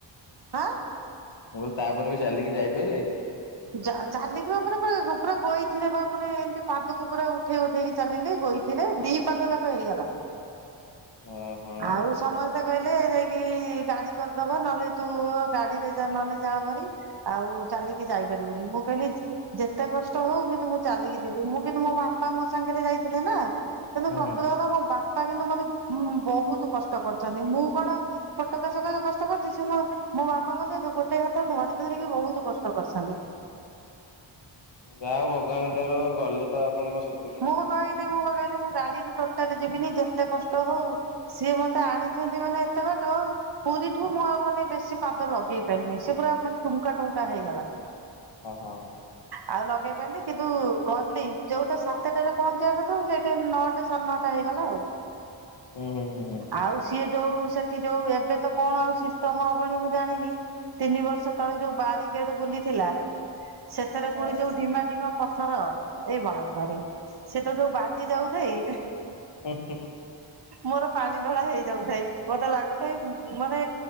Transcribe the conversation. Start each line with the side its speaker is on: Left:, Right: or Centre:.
Right: ହଁ।
Left: ମୁଁ କହିଲି, ତା'ପରେ ବି ଚାଲିକି ଯାଇପାଇଲେ।
Right: ଯା ଚାଲିକି ଆମର ପୁର ପୁରା ଗୋଇଇଠିରେବା ମାନେ ଏମିତି ପାଦକୁ ପୁରା ଉଠେଇ ଉଠେଇକି ଚାଲିଲି ଗୋଇଠିରେ ଦି ପାଦ ଯାକ ହେଇଗଲା।
Left: ଓହୋ
Right: ଆଉ ସମସ୍ତେ କହିଲେ ଯାଇକି ଗାଡି କରିଦବ ନହେଲେ ତୁ ଗାଡିରେ ନହେଲେ ଯାହା ଭରି। ଆଉ ଚାଲିକି ଯାଇପାରିବୁନି ମୁଁ କହିଲି ଯେତେ କଷ୍ଟ ହଉ କିନ୍ତୁ ମୁଁ ଚାଲିକି ଯିବି ମୁଁ କିନ୍ତୁ ମୋ ବାପା ମୋ ସାଙ୍ଗରେ ଯାଇଥିଲେ ନା। କିନ୍ତୁ
Left: ହୁଁ
Right: ପ୍ରକୃତର
Left: ହୁଁ।
Right: ମୋ ବାପା କିନ୍ତୁ ମତେ ବହୁତ କଷ୍ଟ କରିୁଛନ୍ତି ମୁଁ କଣ? ଫୋଟକା ସକା ସେ କଷ୍ଟ କରିଚିସେ ମୋ ମୋ ବାପା ମେ ଗୋଟେ ହାତ ଧରି ଧରିକି ବହୁତ କଷ୍ଟ କରିଛନ୍ତି।
Left: ଗାହା ଭୋଗାଣ ତାରୁ ଗଲେ ତ ଆପଣଙ୍କ ସ୍
Right: ମୁଁ କହିଲି ମୁଁ କହିଲି ମୁଁ ଗାଡିରେ ଟୋଟାଲି ଯିବିନି ଯେତେ କଷ୍ଟ ହଉ ସିଏ ମତେ ଆଣିଛନ୍ତି ମାନେ ଏତେ ବାଟ। ପୁରୀ ଠୁ ମୁଁ ଆଉ ମାନେ ବେଶୀ ପାଦ ଲଗେଇ ପାରିନି ସେ ପୁରା ମାନେ ଟୁଙ୍କା ଟୁଙ୍କା ହେଇଗଲା।
Left: ଓହୋ
Right: ଆଉ ଲଗେଇ ପାରିଲି କିନ୍ତୁ ଗଲି ଯୋଉଟା ସାତ୍ କେତେଟାରେ ପହଞ୍ଚିବା କଥାଉ ସେଇଠି ନଅଟା ସାଢ଼େ ନଅଟା ହେଇଗଲା ଆଉ
Left: ହୁଁ ହୁଁ ହୁଁ ହୁଁ।
Right: ଆଉ ସିଏ ଯୋଉ ସେଠି ଯୋଉ ଏବେ ତ କଣ ଆଉ ସିଷ୍ଟମ ହବଣି ମୁଁ ଜାଣିନି ତିନି ବର୍ଷ ଳେ ଯୋଉ ବାରଗେଟ ବୁଲିଥିଲା ସେଥିରେ
Left: ହଁ
Right: ପୁଣି ଯୋଉ ଢିମା ଡିମା ପଥର ଏଇ ବମ୍ବାରେ ସେ ତ ଯୋଉ ବାଜି ଯାଉଥଏ।
Left: ହୁଁ
Right: ମୋର ପାଣି ଢଳା ହେଇଯାଉଥାଏ ମୋତେ ଲାଗୁଥାଏ ମାନେ